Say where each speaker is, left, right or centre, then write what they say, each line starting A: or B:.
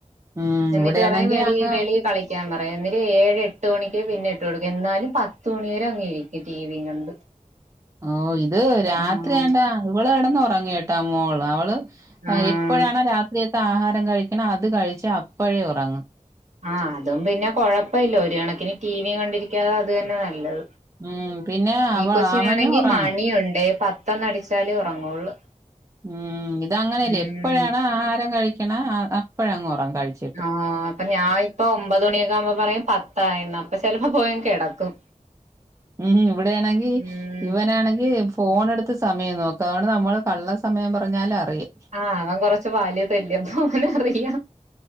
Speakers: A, on the right; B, on the right.
A: ഉം
B: എന്നിട്ട്
A: ഇവിടെയാണെങ്കി
B: പറിം വെളി
A: അങ്ങ്
B: വെളി കളിക്കാൻ പറയും എന്നിട്ട് ഏഴ് എട്ട് മണിക്ക് പിന്നെ ഇട്ട് കൊടുക്കും എന്നാലും പത്ത് മണി വരെ അങ്ങ് ഇരിക്കും ടിവി കണ്ട്
A: ഓഹ് ഇത് രാത്രിയാണ്ട
B: ആഹ്
A: ഇവള് കെടന്ന് ഒറങ്ങു കേട്ടാ മോള് അവള്
B: ആഹ്
A: എ പ്പഴാണോ രാത്രിയത്തെ ആഹാരം കഴിക്ക്ണെ അത് കഴിച്ച അപ്പഴേ ഒറങ്ങും.
B: ആഹ് അതും പിന്നെ കൊഴപ്പ ഇല്ല ഒരു കണക്കിന് ടിവി കണ്ടിരിക്കാതെ അത് തന്നെ നല്ലത്.
A: ഉം പിന്നെ അവ
B: ഈ കൊച്ചിനാണെങ്കി
A: അവനും ഉറങ്ങും
B: മണിയുണ്ട് പത്തന്നടിച്ചാലേ ഉറങ്ങുള്ളൂ
A: ഉം ഇത് അങ്ങനെ അല്ലേയ്
B: ഉം
A: ഇപ്പഴാണ് ആഹാരം കഴിക്കണ് അ അപ്പഴങ്ങ് ഒറങ്ങും കഴിച്ച്
B: ആഹ് പ്പൊ ഞാൻ ഇപ്പൊ ഒമ്പത് മണിയൊക്കെ ആകുമ്പോ പറയും പത്തായന്ന് അപ്പൊ ചെലപ്പോ പോയങ്ങ് കെടക്കും
A: ഉം ഉം ഇവിടെയാണെങ്കി
B: ഉം
A: ഇവനാണെങ്കി ഫോണെടുത്ത് സമയം നോ‌ക്കും അതോണ്ട് നമ്മള് കള്ള സമയം പറഞ്ഞാലും അറിയും
B: ആഹ് അവൻ കൊറച്ചു വാല്തല്ലേ അപ്പോ അവന് അറിയ